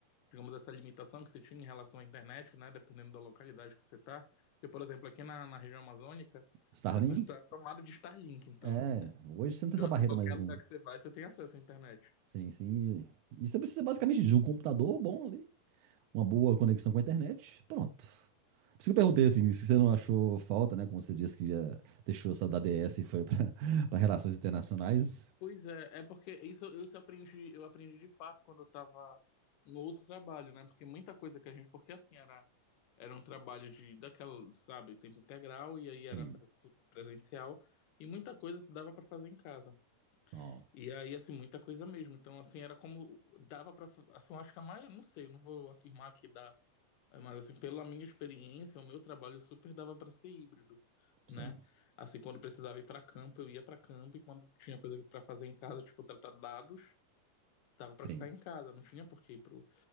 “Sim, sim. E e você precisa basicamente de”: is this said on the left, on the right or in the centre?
Right